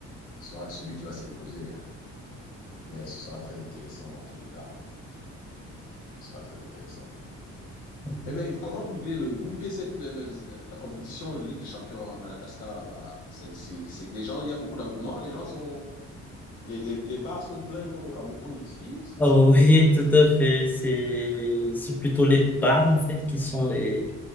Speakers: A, on the left; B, in the centre.
A: sera celui qui va s'imposer. hein. Mais ce sera très intéressant dans tous les cas. Ce sera très intéressant.
B: Mhm.
A: Et mais comment vous vivez, le, vous vivez cette, la, la- la compétition de Ligue des Champions à Madagascar là-bas? C'est, c'est, c'est que les gens, il y a beaucoup d'engouement. Les gens sont, les, les, les bars sont pleins comme au Cameroun ici. C'est,
B: Ah
A: c'est-
B: oui, <laughs> tout à fait. C'est, c'est plutôt les bars, en fait, qui sont les,